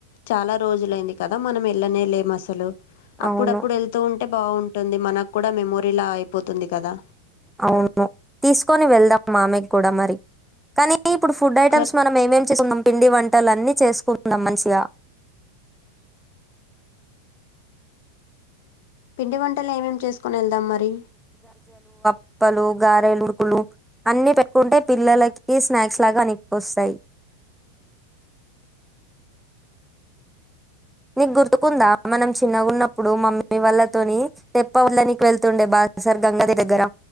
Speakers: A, on the left; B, in the centre.
A: చాలా రోజులైంది. కదా మనం ఎల్లనే లేము అస్ లో అప్పుడప్పుడు
B: అవును
A: వెళ్తూ ఉన్ అంటే బావుంటుంది మనకు కూడా మెమోరీలా అయిపోతుంది కదా
B: అవును తీసుకొని వెళ్దాం మామెకి కూడా మరి కనీ నీ ఇప్పుడు ఫుడ్ ఐటమ్స్
A: ఒకసారి
B: మనం ఏమేం చేసుకుందాం పిండి వంటలన్నీ చేసుకుందాం మంచిగ
A: పిండి వన్ వంటలు ఏమేం చేసుకొని వెళ్దాం మరి
B: ప్పలు గారెలురుకులు అన్ని పెట్టుకుంటే పిల్లలకి స్నాక్స్ లాగా అనిక్కుస్తాయి నీకు గుర్తుకుందా మనం చిన్నగా ఉన్నప్పుడు మమ్మీ వాళ్ళతోని తెప్ప వండనికి వెళ్తుండే బా సర్ గంగాది దగ్గర